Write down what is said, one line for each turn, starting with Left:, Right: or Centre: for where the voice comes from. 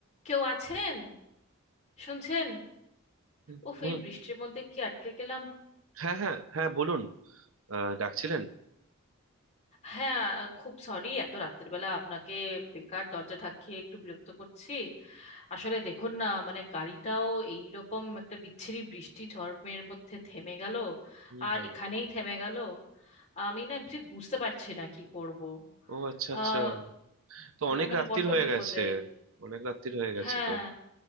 Left: কেউ আছেন শুনছেন
Right: হুম
Left: উফ
Right: হুম,
Left: এই বৃষ্টির মধ্যে কি আটকে গেলাম
Right: হ্যাঁ হ্যাঁ হ্যাঁ বলুন আহ, ডাকছিলেন
Left: হ্যাঁ খুব সরি এত রাত্রের বেলা আপনাকে বেকার দরজা থাকিয়ে একটু বিরক্ত করছি আসলে দেখুন না মানে গাড়িটাও এই রকম একটা বিচ্ছিরি বৃষ্টি ঝড়ের মধ্যে থেমে গেল
Right: হুম
Left: আর
Right: হুম
Left: এখানেই থেমে গেল আমি না ঠিক বুঝতে পারছি না কি করব
Right: ও আচ্ছা
Left: আহ
Right: আচ্ছা তো
Left: হ্যাঁ
Right: অনেক
Left: মানে
Right: রাত্তির
Left: বড্ড স্বাভাবিক
Right: হয়ে
Left: বিপদে
Right: গেছে অনেক রাত্তির হয়ে গেছে
Left: হ্যাঁ
Right: তো